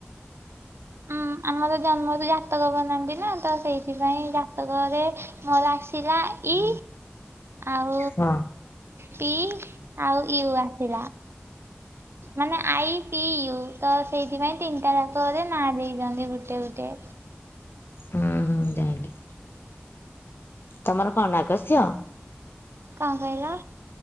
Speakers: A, on the right; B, on the left.
A: ହଁ। ଆମର ଜନ୍ମରୁ ଜାତକ ବନାନ୍ତି ନା ତ ସେଇଥିପାଇଁ ଜାତକରେ ମୋର ଆସିଲା। ଇ ଆଉ
B: ହଁ।
A: ପି ଆଉ ୟୁ ଆସିଲା। ମାନେ ଆଇ ପି ୟୁ ତ ସେଇଥିପାଇଁ ତିନିଟା ଯାତକରେ ନାଁ ଦେଇଛନ୍ତି ଗୁଟେ ଗୁଟେ।
B: ହୁଁ ହୁଁ ଯାଇଁଲି। ତମର କଣ ନାଗସ୍ୟ?
A: କଣ କହିଲ?